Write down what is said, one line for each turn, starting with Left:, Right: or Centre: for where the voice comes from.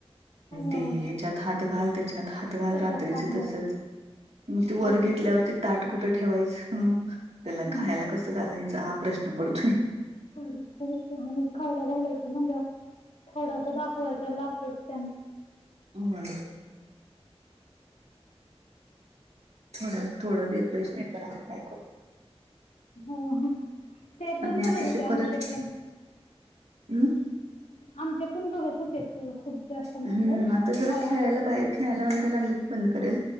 Left: हो
Right: ते ह्याच्यात हात घाल त्याच्यात हात घाल
Left: त्याच्यात
Right: रात्रीचे
Left: हातभार
Right: तसच मग ते वर
Left: होयच
Right: घेतल्यावरती
Left: की
Right: ताट कुठे ठेवायचं त्याला
Left: हम्म
Right: खायला कसं घालायचं हा प्रश्न पडतोय.
Left: खर खरच आणि खायला घालायचं म्हणल्यावर थोडास दाखवाय तर लागतोच त्यांना.
Right: होय. थोडं थोडं देतस मी पण आता काय करू?
Left: हो ते पण
Right: आणि
Left: बघत
Right: आता
Left: होते
Right: ते परत
Left: आमचे पण
Right: हम्म.
Left: आमचे पण बघत होते. खूप जास्त
Right: हम्म
Left: मोबाईल
Right: आता जरा
Left: हळूहळू
Right: खेळायला बाहेर खेळायला वगैरे लागलं की बंद करेल.